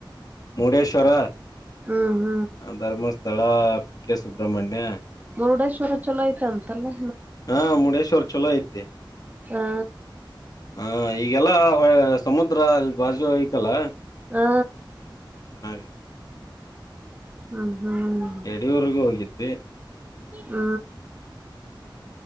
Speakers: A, on the left; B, on the right.
A: ಮುರುಡೇಶ್ವರ
B: ಹ್ಮ
A: ಧರ್ಮಸ್ಥಳ ಕುಕ್ಕೆ ಸುಬ್ರಹ್ಮಣ್ಯ
B: ಮುರುಡೇಶ್ವರ ಚಲೋ ಐತೆ ಅಂತಲ್ಲೇ
A: ಹಾ ಮುಡೇಶ್ವರ್ ಚಲೋ ಐತಿ
B: ಹಾ
A: ಹಾ ಈಗೆಲ್ಲ ಸಮುದ್ರ ಅಲ್ಲಿ ಬಾಜು ಐತಲ್ಲಾ.
B: ಹಾ
A: ಹ
B: ಹ್ಮ್ ಹ್ಮ್
A: ಯಡಿಯೂರ್ಗೂ ಹೋಗಿತ ದೇ
B: ಹ್ಮ್